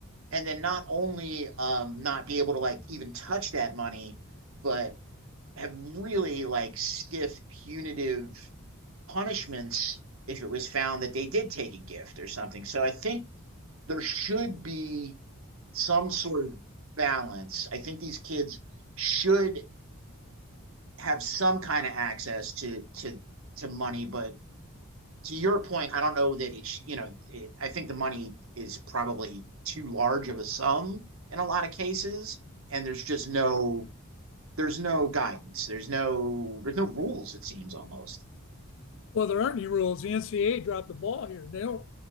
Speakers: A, on the right; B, on the left.
A: and then not only um not be able to like even touch that money, but have really like stiff punitive punishments if it was found that they did take a gift or something. So I think there should be some sort of balance. I think these kids should have some kind of access to to to money, but to your point, I don't know that it's, you know, it, I think the money is probably too large of a sum in a lot of cases. And there's just no, there's no guidance. There's no, there's no rules, it seems almost.
B: Well, there aren't any rules. The NCAA dropped the ball here. They don't.